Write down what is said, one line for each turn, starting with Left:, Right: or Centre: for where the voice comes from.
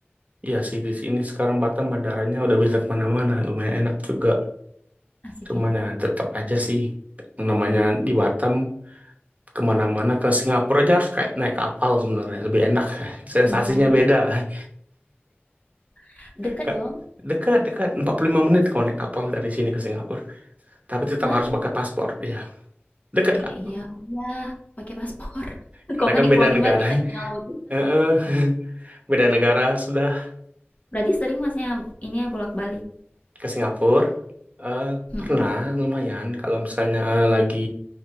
Right: Iya sih, di sini sekarang Batam bandaranya udah bisa kemana-mana. Lumayan enak juga.
Left: Asik
Right: Cuman
Left: ya,
Right: ya tetap aja sih. Namanya di Batam, kemana-mana ke Singapura aja harus kayak naik kapal sebenarnya. Lebih enak. <laughs> Sensasinya
Left: nyebrangnya.
Right: beda.
Left: <laughs> Dekat
Right: Ke-
Left: dong.
Right: Dekat, dekat. 45 menit kalau naik kapal dari sini ke Singapura. Tapi tetap
Left: Lah?
Right: harus pakai paspor. Ya, Deket,
Left: Iya
Right: Kak.
Left: iya iya, pakai paspor. <laughs>
Right: Karena
Left: kok nggak
Right: kan
Left: dipulangin
Right: beda negara.
Left: balik kita
Right: <laughs>
Left: di tengah laut.
Right: Heeh. Beda negara sudah
Left: Berarti sering Masnya ini ya bolak-balik?
Right: ke Singapura. Eh,
Left: Mhm,
Right: pernah lumayan kalau misalnya lagi